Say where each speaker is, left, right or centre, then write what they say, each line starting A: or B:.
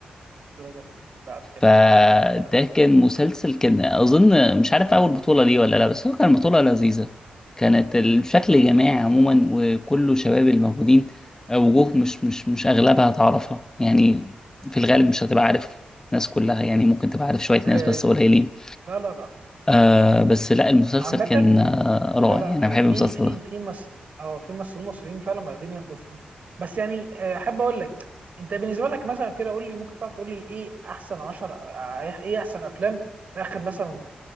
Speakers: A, on the right; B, on the left.
A: دي درجه لا بالتالي
B: فده
A: ما سمعتش عنها
B: كان مسلسل كان اظن مش عارف اول بطولة ليه ولا لا بس هو كان بطولة لذيذة كانت الشكل جماعي عموما وكله شباب الموجودين وجوه مش مش مش اغلبها تعرفها يعني في الغالب مش هتبقى عارف ناس كلها يعني ممكن تبقى عارف شوية
A: إيه،
B: ناس بس
A: ايه
B: قليلين
A: لا لا لا
B: آه بس لا المسلسل
A: عامة
B: كان آه رائع
A: لا لا
B: يعني انا بحب
A: آه، في
B: المسلسل
A: في
B: ده
A: في مس اه في ممثلين مصريين فعلا واخدين ياخدوا فلوس بس يعني آه، احب اقول لك انت بالنسبه لك مثلا كده قول لي ممكن تعرف تقول لي ايه احسن 10 ايه إيه احسن افلام في اخر مثلا